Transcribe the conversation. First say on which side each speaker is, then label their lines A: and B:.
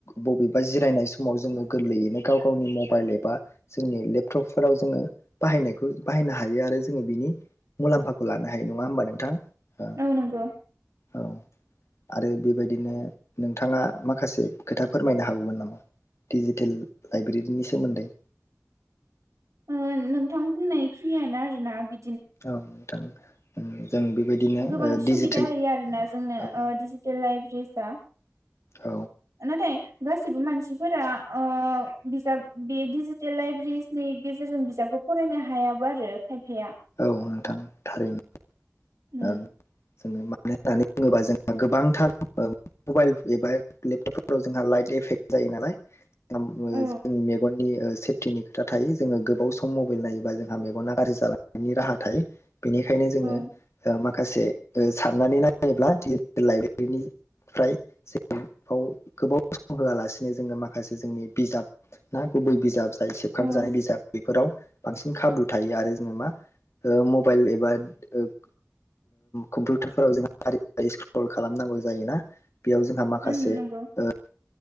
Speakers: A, on the left (about 60°); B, on the right (about 90°).
A: बबेबा जिरायनाय समाव जोङो गोरलैयैनो गाव गावनि मबाइल एबा जोंनि लेपटपफोराव जोंङो बाहायनायखौ बाहायनो हायो। बेयो आरो जोंङो बिनि मुलाम्फाखौ लानो हायो नंङा होमबा नोंथां? ओ
B: औ नंगौ।
A: औ। आरो बेबायदिनो नोंथांङा माखासे खोथा फोरमायनो हाबावगोन नामा? डिजिटेल लाइब्रेरिनि सोमोन्दै।
B: ओ नोंथां बुंनाय खिनियानो आरोना बि
A: औ नोंथां। उम जों बेबायदिनो
B: गोबां
A: ओ
B: सुबिदा
A: डिजिटेल
B: होयो आरोना जोंनो
A: औ
B: डिजिटेल लाइब्रेरिसआ
A: औ
B: नाथाय गासिबो मानसिफोरा ओ बिजाब बे डिजिटेल लाइब्रेरिनि गेजेरजों बिजाबखौ फरायनो हायाबो आरो खायफाया।
A: औ नोंथां थारैनो
B: उम
A: <unintelligible> जों मा मानो होनना बुङोबा जोंहा गोबांथार मबाइल एबा एप लेपटपफोराव जोंहा लाइट एफेक्ट जायो नालाय उम ओ
B: औ
A: जोंनि मेगननि ओ सेफटिनि था थायो जोङो गोबाव सम मबाइल नायोबा जोंहा मेगना गाज्रि जालांनायनि राहा थायो बेनिखायनो जोङो
B: औ
A: माखासे साननानै नायोब्ला लाइब्रेरिनिफ्राय जों बाव गोबाव सम होआलासिनो जोङो माखासे जोंनि बिजाब ना गुबै बिजाब जाय सेबखांजानाय
B: औ
A: बिजाब बेफोराव बांसिन खाबु थायो आरो जेनेबा ओ मबाइल एबा ओ ओ कम्पिउटारफोराव जों फारि फारि स्क्रल खालामनांगौ जायोना बेयाव जोंहा माखासे
B: उम नंगौ
A: ओ